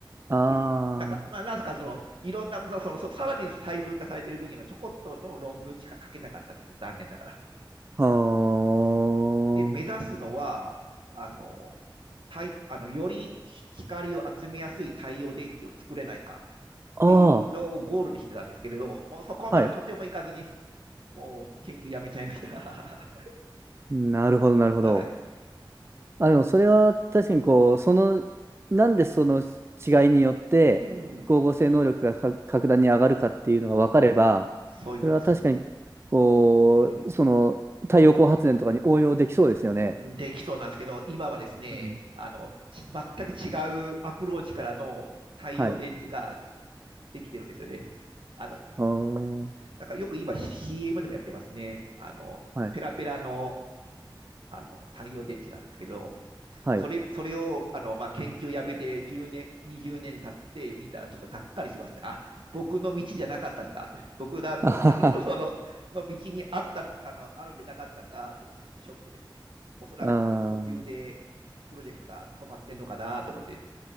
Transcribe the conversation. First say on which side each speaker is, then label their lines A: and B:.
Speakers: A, on the right; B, on the right.
A: あ
B: えなんか、まあ、なんすか、その、いろんな、その、そのさらに細分化されている分野のちょこっとの論文しか書けなかったんです。残念ながら。
A: あ、は
B: で、目指すのは、あの、太あのより光を集めやすい太陽電池を作れないか
A: あ、
B: っていうのをゴールにしてたんですけれど、
A: あ
B: もうそこまでとてもいかずに、
A: あ、はい。
B: もう研究やめちゃいました。
A: なるほど、なるほど。
B: <laughs> はい。
A: あ、でもそれは確かにこう、その、なんでその違いによって、
B: うん、
A: 光合成能力がか格段に上がるかっていうのが分かれば、
B: そういうことです。
A: それは確かに、こう、
B: うん。
A: その、太陽光発電とかに応用できそうですよね。
B: できそうなんですけど、今はですね、
A: うん。
B: あの、全く違うアプローチからの太陽電池が
A: はい。
B: できてるんですよね。あの、
A: あー
B: なんかよく今 CM でもやってますね。あの、
A: はい。
B: ペラペラのあの太陽電池なんですけど、
A: はい。
B: それ、それを、あの、まあ、研究やめて10年、20年経って見たらちょっとがっかりしますね。あ、僕の道じゃなかったんだと。僕が、
A: <laughs> あはは。
B: あの、<laughs> その、の道にあった、あの、あるんじゃなかったんだと思って、ちょっとショックですね。おそらく途中でプロジェクトが止まってんのかなと思って、
A: あー